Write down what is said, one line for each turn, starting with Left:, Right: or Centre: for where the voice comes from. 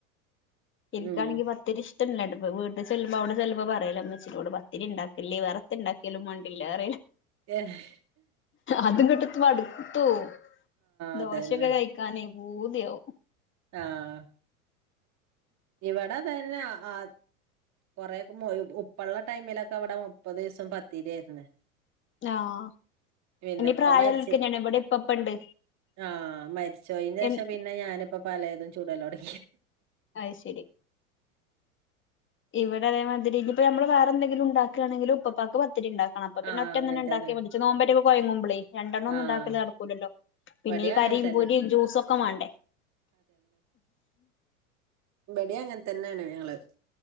Left: ഇൻക്കാണെങ്കി
Right: ഉം
Left: പത്തിരി ഇഷ്ടല്ല, വീട്ടിൽ ചെല്ലുമ്പോ അവിടെ ചെലപ്പം പറയലാ ഉമ്മച്ചിയോട് പത്തിരി ഉണ്ടാക്കല്ലി വേറന്തൊക്കെ. കേലും മണ്ടില്ലാറേ
Right: ആഹ്
Left: അതും ഇങ്ങട്ട് എത്തുമ്പോ മടുത്തു പോവും,
Right: അതന്നെ
Left: ദോശക്കെ കയി ക്കാനെ പൂതിയാവും.
Right: ആഹ് ഇവിടെ തന്നാ അത് കൊറെേക്കേ മൊയ് ഉപ്പ ഉള്ള ടൈമിലൊക്കെ ഇവിടെ മുപ്പത് ദിവസം പത്തിരിയായിരിന്ന്
Left: ആഹ്
Right: പിന്നെ
Left: ഇനി
Right: ഉപ്പ
Left: പ്രായള്ളോൽക്കെന്നെയാണ്
Right: മരിച്ച്
Left: ഇവിടെ ഇപ്പപ്പ ഇണ്ട്
Right: ആഹ് മരിച്ചോയിതിന് ശേഷം
Left: എൻ
Right: പിന്നെ ഞാന് ഇപ്പ പലെതും ചൂടല്ലോടെ
Left: അയ്ശരി ഇവിടെ അതേമാതിരി ഇഞ്ഞ്പ്പോ നമ്മൾ വേറെ എന്തെങ്കിലും ഉണ്ടാക്കുകയാണെങ്കിലും ഉപ്പപ്പാക്ക് ത്തിരി ഉണ്ടാക്കണം അപ്പ പിന്നെ
Right: ആഹ്
Left: ഒറ്റ
Right: അങ്ങനെ
Left: എന്ന ഉണ്ടാക്കി
Right: തന്നെ
Left: വച്ച് നോപറ്റ ഒക്കെ പുഴുങ്ങുമ്പോളെ രണ്ടണ്ണം ഒന്നും
Right: ആഹ്
Left: ഉണ്ടാക്കല് നടക്കൂലല്ലോ പിന്നെ
Right: ഇവിടേം
Left: ഈ കരിയും
Right: അങ്ങനെ തന്നെ
Left: പൂരിയും ജ്യൂസെക്കെ മേണ്ടേ
Right: ഇബെടിയ് അങ്ങനെ തന്നെയാണ് ഞങ്ങള്